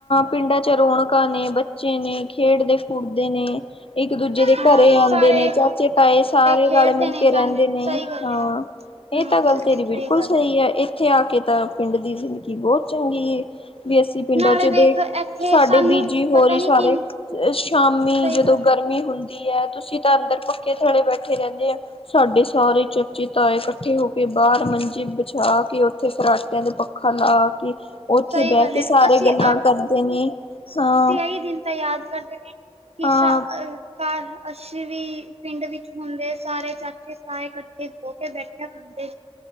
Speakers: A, on the left; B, on the right.
A: ਪਿੰਡਾ ਚ ਰੌਣਕਾਂ ਨੇ, ਬੱਚੇ ਨੇ ਖੇਡਦੇ-ਖੂਡਦੇ ਨੇ। ਇੱਕ ਦੂਜੇ ਦੇ
B: ਹਾਂ
A: ਘੱਰੇ ਆਂਦੇ
B: ਸਾਰੇ
A: ਨੇ, ਚਾਚੇ-ਤਾਏ ਸਾਰੇ
B: ਖੇਡਦੇ
A: ਰਾਲ-ਮਿਲ
B: ਨੇ
A: ਕੇ
B: ਜਾਂਦੇ
A: ਰੈਂਦੇ ਨੇ,
B: ਸਹੀ ਗੱਲ
A: ਹਾਂ।
B: ਹੈ
A: ਏ
B: ਹਮ
A: ਤਾ
B: ਹਮ
A: ਗਾੱਲ ਤੇਰੀ
B: ਸਹੀ
A: ਬਿਲਕੁਲ
B: ਗੱਲ
A: ਸਈ
B: ਹੈ
A: ਐ ਏਥੇ ਆ ਕੇ ਤਾ ਪਿਂਡ ਦੀ ਜ਼ਿਦਗੀ ਬੋਤ ਚੰਗੀ ਏ। ਬੀ ਅਸੀ ਪਿਂਡਾ
B: ਨਾਲੇ
A: ਚ
B: ਵੇਖ
A: ਦੇਖ
B: ਇੱਥੇ
A: ਸਾਡੇ
B: ਸਾਨੂੰ
A: ਬੀਜੀ ਹੋਰੀ
B: ਪਤਾ ਨੀ
A: ਸਾਰੇ,
B: ਕਿ
A: ਸ਼ਾਮੀ
B: ਸਹੀ
A: ਜਦੋ
B: ਗੱਲ
A: ਗਰਮੀ
B: ਹੈ,
A: ਹੁੰਦੀ ਐ ਤੁਸੀ ਤਾਂ ਅਂਦਰ ਪੱਕੇ ਥੱਲੇੇ ਬੈਠੇ ਰੈਂਦੇ ਆ, ਸਾਡੇ ਸਾਰੇ ਚਾਚੀ-ਤਾਏ ਕਠ ਠੇ ਹੋ ਕੇ ਬਾਰ ਮੰਜੀ ਬਿੱਛਾ ਕੇ ਓਥੇ ਫਰਾਟੇਆਂ ਦੇ ਪੱਖਾ ਲਾ ਕੇ ਓਥੇ
B: ਸਹੀ
A: ਬੈ
B: ਗੱਲ
A: ਕੇ
B: ਹੈ,
A: ਸਾਰੇ
B: ਅਸੀਂ
A: ਗੱਲਾ ਕਰਦੇ ਨੇ, ਹਾਂ।
B: ਈ ਦਿਨ ਤਾ ਯਾਦ ਕਰਦੇ ਨੇ, ਕਿ
A: ਹਾਂ
B: ਸਾ ਅ ਕਾਰ ਅਸੀ ਵੀ ਪਿਂਡ ਵਿੱਚ ਹੁੰਦੇ ਸਾਰੇ ਚਾਚੇ-ਤਾਏ ਕੱਠੇ ਹੋ ਕੇ ਬੈਠਯਾ ਕਰਨ।